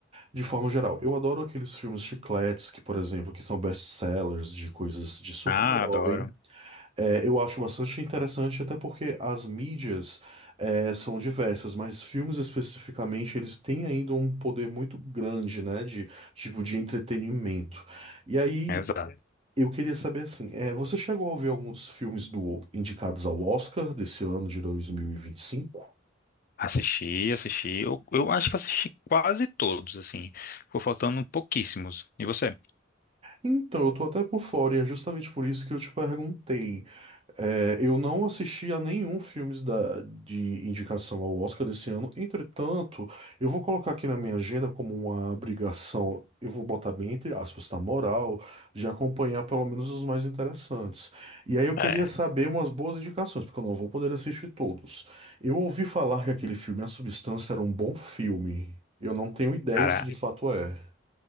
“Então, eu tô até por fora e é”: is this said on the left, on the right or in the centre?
Right